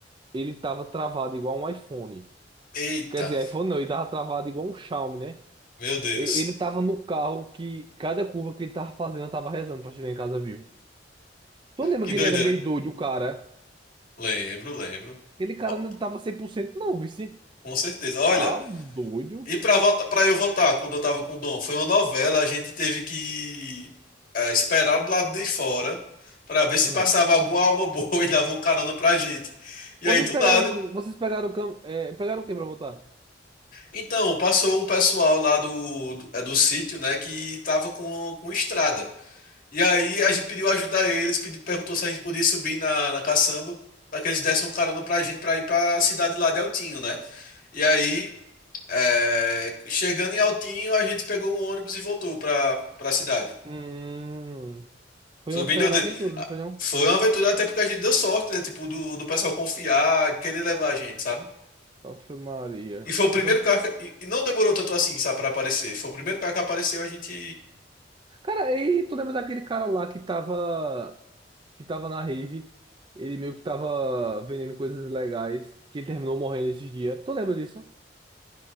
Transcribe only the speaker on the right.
Ele tava travado igual um iPhone.
Quer dizer, iPhone não, ele tava travado igual um Xiaomi, né?
E- Ele tava no carro que cada curva que ele tava fazendo, eu tava rezando pra chegar em casa vivo. Tu lembra
que
ele era meio
doido, o cara?
Aquele cara
não tava 100% não, vice.
Tá doido.
Hum.
Vocês
pegaram,
vocês pegaram, o cam- é, pegaram o que pra votar?
Hum. Foi
uma
senhora
aventura,
não foi não?
Ave Maria.
Oh.
Cara, e tu lembra daquele cara lá que tava, que tava na rave? Ele meio que tava vendendo coisas ilegais, que ele terminou morrendo esses dias. Tu lembra disso?